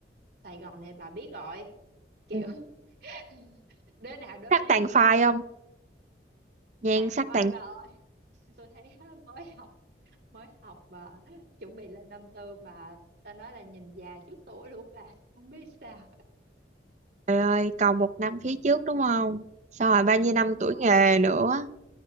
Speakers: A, on the right; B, on the right.
A: Sài Gòn này bà biết rồi kiểu
B: ừ,
A: <laughs> đứa nào đứa
B: sắc
A: nấy
B: tàn
A: kiểu
B: phai
A: mặt
B: không? Nhan
A: tàn
B: sắc
A: phai
B: tàn
A: bà ơi tôi thấy á, mới học mới học và <laughs> chuẩn bị lên năm tư mà ta nói là nhìn già trước tuổi luôn bà <laughs> không biết sao
B: phai ơi, còn một năm phía trước đúng không? Xong rồi bao nhiêu năm
A: đúng
B: tuổi
A: rồi
B: nghề nữa,